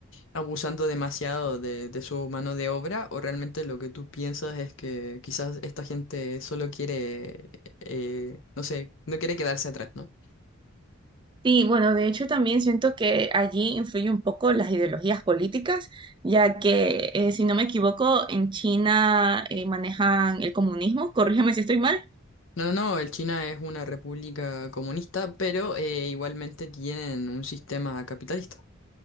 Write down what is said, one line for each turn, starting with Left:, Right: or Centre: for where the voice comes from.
Left: abusando demasiado de, de su mano de obra o realmente lo que tú piensas es que quizás esta gente solo quiere, eh, no sé, no quiere quedarse atrás, ¿no?
Right: sí, bueno, de hecho también siento que allí influye un poco las ideologías políticas, ya que eh, si no me equivoco, en China eh, manejan el comunismo, <laughs> corrígeme si estoy mal.
Left: No, no, no, el China es una república comunista, pero eh, igualmente tienen un sistema capitalista.